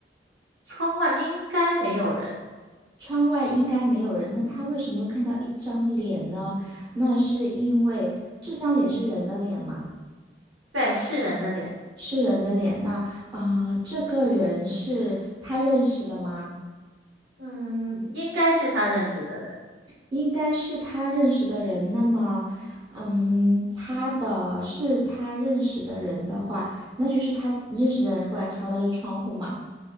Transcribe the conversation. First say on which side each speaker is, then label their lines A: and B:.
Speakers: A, on the right; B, on the right.
A: 窗外应该没有人。
B: 窗外应该没有人，那他为什么会看到一张脸呢？那是因为这张脸是人的脸吗？
A: 对，是人的脸。
B: 是人的脸，那啊、呃这个人是他认识的吗？
A: 嗯，应该是他认识的人。
B: 应该是他认识的人。那么，嗯，他的是他认识的人的话，那就是他认识的人过来敲他的窗户嘛？